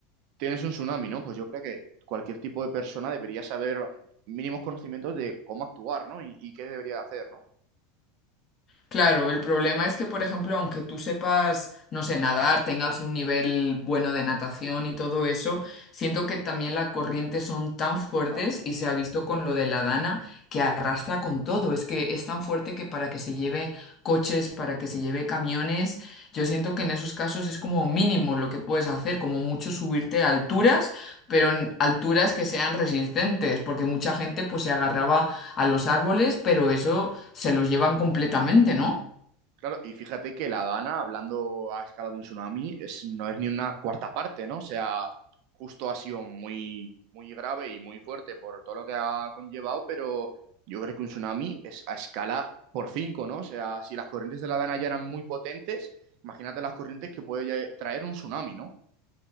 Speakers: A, on the right; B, on the left.
A: tienes un tsunami, ¿no? Pues yo creo que cualquier tipo de persona debería saber mínimos conocimientos de cómo actuar, ¿no? Y, y qué debería hacer, ¿no?
B: Claro, el problema es que, por ejemplo, aunque tú sepas, no sé, nadar, tengas un nivel bueno de natación y todo eso, siento que también las corrientes son tan fuertes
A: Claro.
B: y se ha visto con lo de la Dana que arrastra con todo. Es que es tan fuerte que para que se lleve coches, para que se lleve camiones, yo siento que en esos casos es como mínimo lo que puedes hacer, como mucho subirte a alturas, pero en alturas que sean resistentes, porque mucha gente pues se agarraba a los árboles, pero eso se los llevan completamente, ¿no?
A: Claro, y fíjate que la Dana, hablando a escala de un tsunami, es, no es ni una cuarta parte, ¿no? O sea, justo ha sido muy, muy grave y muy fuerte por todo lo que ha conllevado, pero yo creo que un tsunami es a escala por cinco, ¿no? O sea, si las corrientes de la Dana ya eran muy potentes, imagínate las corrientes que puede ya traer un tsunami, ¿no?